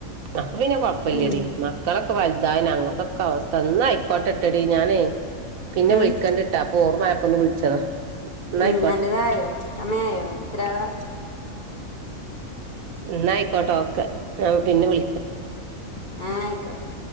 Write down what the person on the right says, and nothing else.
അപ്പൊ പിന്നെ കൊഴപ്പില്ലടി
മക്കളൊക്കെ വലുതായി നങ്ങക്കൊക്കെ ഒക്ക അവസ്ഥന്ന ന്നാ ആയിക്കോട്ടെഡി ഞാനെയ് പിന്നെ
വിളിക്കണ്ടിട്ടാ അപ്പൊ ഓർമ്മയപ്പ ഒന്ന് വിളിച്ചതാ എന്നായിക്കോട്ടെ
ഇന്നയിക്കോട്ടോ ഒക്കെ ഞാൻ പിന്നെ വിളിക്കാം